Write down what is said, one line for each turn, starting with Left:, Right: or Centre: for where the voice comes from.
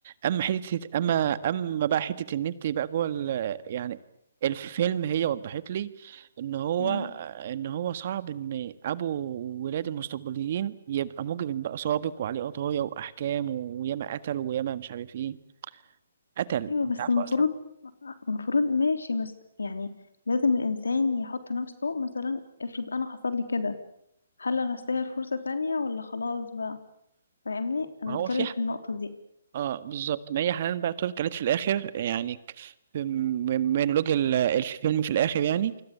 Right: اما حته اما اما بقى حته ان انت بقى جوه ال- يعني الفيلم هي وضحت لي ان هو
Left: مم.
Right: ان هو صعب ان ابو ولاد المستقبليين يبقى مجرم بقى سابق وعليه قضايا واحكام وياما قتل وياما مش عارف ايه قتل
Left: ايوه
Right: انت
Left: بس
Right: عارفه
Left: المفروض
Right: اصلا
Left: المفروض ماشي بس يعني لازم الانسان يحط نفسه مثلا افرض انا حصل لي كده هل انا استاهل فرصة تانية ولا خلاص بقى فاهمني انا
Right: ما
Left: بتكلم
Right: هو في
Left: في النقطة دي
Right: اه بالظبط ما هي حنان بقى ترك قالت في الاخر يعني ك- في م- مونولوج ال- الفيلم في الاخر يعني